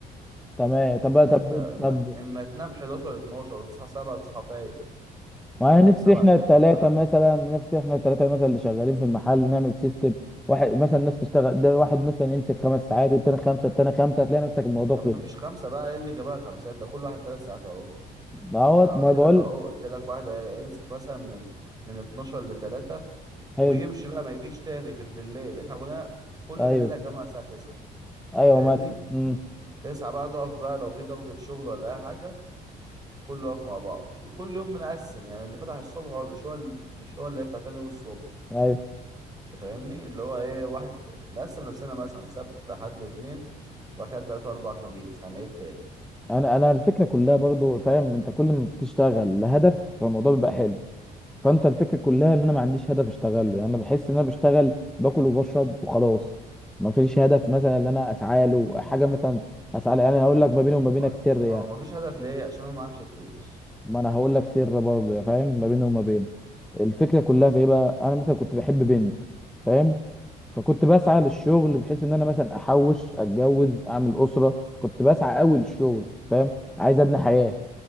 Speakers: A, in the centre; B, on the right.
A: تمام طب
B: يعني
A: طب
B: انت اما
A: طب
B: اما تنام 11 12 وتصحى سبعة تصحى فايق
A: ما
B: يبقى
A: أنا
B: نام
A: نفسي
B: سبع
A: احنا
B: ساعات
A: الثلاثه
B: ولا حاجه
A: مثلا نفسي احنا الثلاثه مثلا اللي شغالين في المحل نعمل سيستم واحد مثلا ناس تشتغل ده واحد مثلا يمسك خمس ساعات والتاني خمسه التاني خمسه هتلاقي نفسك الموضوع
B: يا
A: خلص
B: عم مفيش خمسه بقى ايه اللي جابها خمسات ده كل واحد ثلاث ساعات اهو
A: دهوت
B: يعني انا
A: ما
B: قلت
A: بقول
B: لك اهو قلت لك واحد يمسك مثلا من من 12 ل 3
A: حلو
B: ويمشي بقى ما يجيش تاني غير بالليل احنا كنا كل
A: ايوه
B: بالليل يا جماعه الساعه 9
A: ايوه
B: انت فاهمني
A: مثلا امم
B: 9 بقى تقف بقى لو في ضغطة شغل ولا اي حاجه كله واقف مع بعض وكل يوم بنقسم يعني اللي فتح الصبح هو مش هو ال- مش هو اللي هيفتح تاني يوم الصبح
A: ايوه
B: أنت فاهمني اللي هو ايه واحد نقسم نفسنا مثلا سبت حد اتنين وبعد كده تلاتة أربع خميس هنعيد تاني
A: انا انا الفكره كلها برضو فاهم انت كل ما بتشتغل لهدف فالموضوع بيبقى حلو فانت الفكره كلها ان انا ما عنديش هدف اشتغله يعني انا بحس ان انا بشتغل باكل وبشرب وخلاص ما فيش هدف مثلا ان انا اسعى له حاجه مثلا اسعى له يعني هقول لك ما بيني وما بينك
B: ما
A: سر
B: ما
A: يعني
B: هو مفيش هدف ليه عشان ما معكش فلوس
A: ما انا هقول لك سر برضه يا فاهم ما بيني وما بين الفكره كلها في ايه بقى انا مثلا كنت بحب بنت فاهم فكنت بسعى
B: امم
A: للشغل بحيث ان انا مثلا احوش اتجوز اعمل اسره كنت بسعى قوي للشغل فاهم عايز ابني حياه